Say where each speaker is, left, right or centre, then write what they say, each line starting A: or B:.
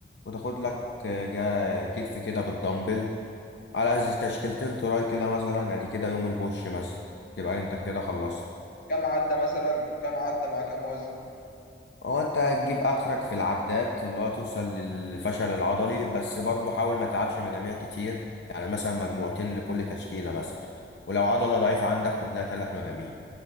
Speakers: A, on the left (about 80°); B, on the left (about 50°).
A: وتاخد لك آه، جا كتف كده بالدمبل على تشكيلتين تراي كده مثلا ادي كده يوم البوش مثلا تبقى انت كده خلصت
B: كام عدى مثلا كام عدى مع كام وزن
A: هو انت هتجيب اخرك في العدات اللي هو توصل للفشل العضلي بس برضه حاول ما تلعبش مجاميع كتير يعني مثلا مجموعتين لكل تشكيلة مثلا ولو عضلة ضعيفة عندك خد لها تلات مجاميع